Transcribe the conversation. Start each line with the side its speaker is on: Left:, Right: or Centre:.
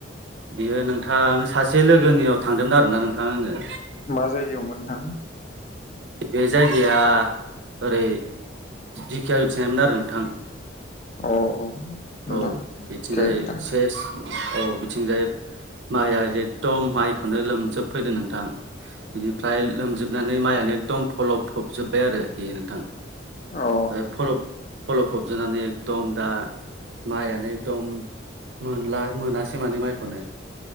Right: बियो नोंथां सासे लोगोनियाव थांदोंमोन आरोना नोंथां आङो
Left: मा जायगायावमोन नोंथां?
Right: बे जायगाया ओरै दिखिया जुलिथिंहायमोन आरो नोंथां
Left: अ अ नोंथां
Right: औ बिथिंजाय
Left: अके नोंथां
Right: सेस औ बिथिंजाय माइआ एखदम माइखौनो लोमजोबफैदो नोंथां। बिनिफ्राय लोमजोबनानै माइआनो एकदम फलब फबजोब्बाय आरोखि नोंथां
Left: अ
Right: ओ फलब फलब फबजोबनानै एकदम दा माइआनो एकदम मोनला मोनासै माने माइखौनो